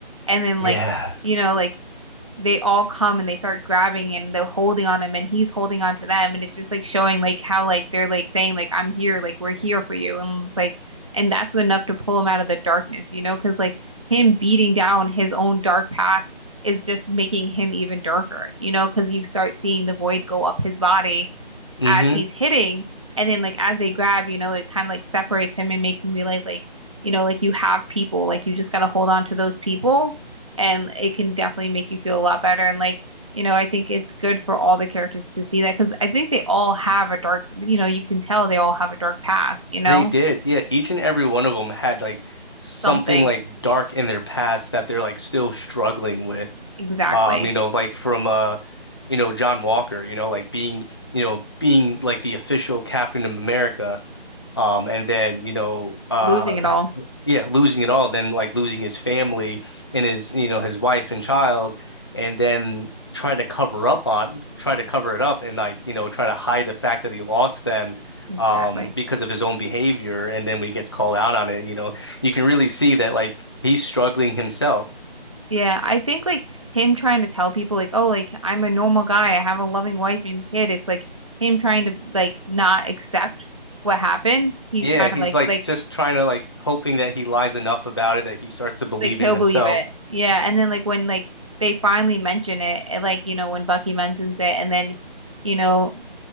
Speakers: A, on the right; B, on the left.
A: And then
B: Yeah.
A: like, you know, like they all come and they start grabbing and they're holding on him and he's holding on to them and it's just like showing like how like they're like saying like I'm here like we're here for you and it's like and that's enough to pull him out of the darkness you know because like him beating down his own dark past is just making him even darker you know because you start seeing the void go up his body
B: hmm
A: as he's hitting and then like as they grab you know it kind of like separates him and makes him realize like you know like you have people like you just got to hold on to those people and it can definitely make you feel a lot better. And like, you know, I think it's good for all the characters to see that because I think they all have a dark, you know, you can tell they all have a dark past, you know,
B: They did. Yeah, each and every one of them had like something
A: something
B: like dark in their past that they're like still struggling with.
A: exactly
B: Um, you know, like from uh, you know, John Walker, you know, like being, you know, being like the official Captain of America. Um, and then, you know, uh
A: losing it all
B: yeah, losing it all, then like losing his family and his, you know, his wife and child, and then trying to cover up on, try to cover it up and like, you know, try to hide the fact that he lost them
A: exactly.
B: um because of his own behavior. And then when he gets called out on it, you know, you can really see that like he's struggling himself.
A: Yeah, I think like him trying to tell people like, oh, like I'm a normal guy, I have a loving wife and kid. It's like him trying to like not accept what happened. He's
B: Yeah,
A: trying
B: he's
A: to like
B: like
A: like
B: just trying to like hoping that he lies enough about it that he starts to believe
A: Like he'll
B: it himself.
A: believe it. Yeah. And then like when like they finally mention it, and, like, you know, when Bucky mentions it and then, you know,